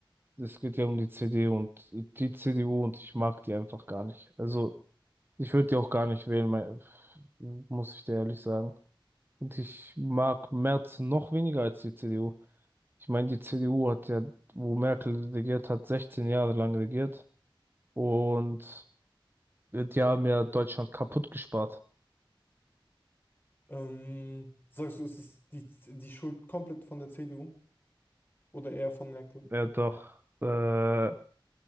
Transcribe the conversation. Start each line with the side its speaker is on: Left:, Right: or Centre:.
Right: es geht ja um die CD und die CDU und ich mag die einfach gar nicht. Also ich würde die auch gar nicht wählen, mein, muss ich dir ehrlich sagen. Und ich mag Merz noch weniger als die CDU. Ich meine, die CDU hat ja, wo Merkel regiert hat, 16 Jahre lang regiert und die haben ja Deutschland kaputt gespart.
Left: Ähm, sagst du, ist es die, die Schuld komplett von der CDU oder eher von Merkel?
Right: Ja, doch, äh,